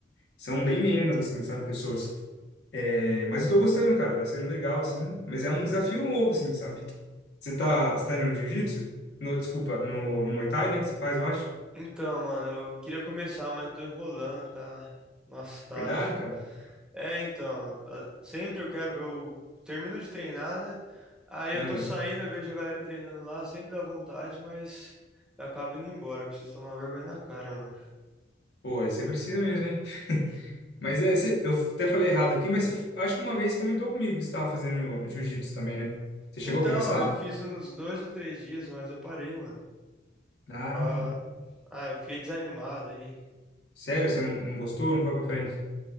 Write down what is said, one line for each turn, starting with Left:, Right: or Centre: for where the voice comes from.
Left: são bem menos, assim, sabe, pessoas. É, mas eu tô gostando, cara, tá sendo legal, assim, mas é um desafio novo, assim, sabe? Você tá, você tá indo no jiu-jitsu? No, desculpa, no, no Muay Thai, né, que você faz, eu acho.
Centre: Então, mano, eu queria começar, mas tô enrolando, tá? Nossa, tá.
Left: Verdade,
Centre: <laughs>
Left: cara.
Centre: É, então, a- sempre eu quero, eu termino de treinar, né? Aí eu
Left: Aham.
Centre: tô saindo, eu vejo a galera treinando lá, sempre dá vontade, mas eu acabo indo embora, eu preciso tomar vergonha na cara, mano.
Left: Pô, aí você precisa mesmo, hein? <laughs> Mas é, você- eu até falei errado aqui, mas você, acho que uma vez comentou comigo que você estava fazendo jiu-jitsu também, né? Você chegou
Centre: Então,
Left: a começar?
Centre: eu fiz uns dois ou três dias, mas eu parei, mano.
Left: Ah,
Centre: Ah, ah, eu fiquei desanimado aí.
Left: Sério, você não, não gostou? Não foi pra frente?